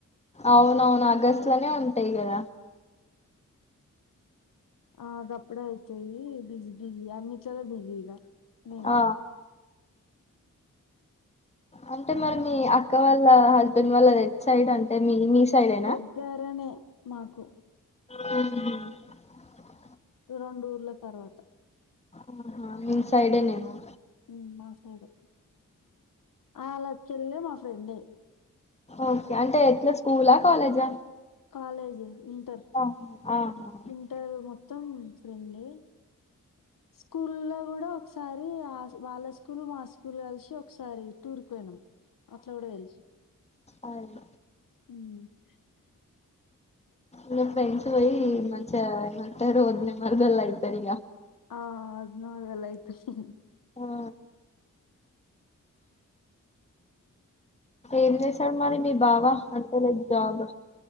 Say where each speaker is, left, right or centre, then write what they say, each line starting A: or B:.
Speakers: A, on the left; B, on the left.
A: అవునవును ఆగస్ట్లోనే ఉంటాయి గద
B: ఆ గప్పుడే చయి బిజి బిజి అన్నింట్లలో బిజి ఇగ నేను
A: ఆ అంటే మరి మీ అక్క వాళ్ళ హస్బెండ్ వాళ్ళ రెడ్ సైడ్ అంటే మీ మీ సైడేనా
B: దెగ్గరనే మాకు
A: హ్మ్ హు
B: రోండుర్ల తర్వాత
A: ఆహా మీ సైడే నేమో
B: మ్మ్ మా సైడే అలాచ్చళ్లే మా ఫ్రెండే
A: ఓకే అంటే ఎట్లా స్కూలా కాలేజా
B: కాలేజీ ఇంటర్
A: ఆహా ఆహా
B: ఇంటర్ మొత్తం ఫ్రెండే స్కూల్ లో కూడా ఒకసారి ఆ వాళ్ళ స్కూల్ మా స్కూల్ కలిసి ఒకసారి టూర్ కి పోయినాం అట్ల కూడా తెలుసు
A: ఆ అదే
B: మ్మ్ గ
A: ఇ ఫ్రెండ్స్ పోయి మంచిగ ఏమంటారు ద్ మరదల్ అయితారు ఇగ
B: ఆ అదిన మరదల్లు అయితారు
A: ఆ ఎం చేశాడు మరి మీ బావా అంతేలే జాబ్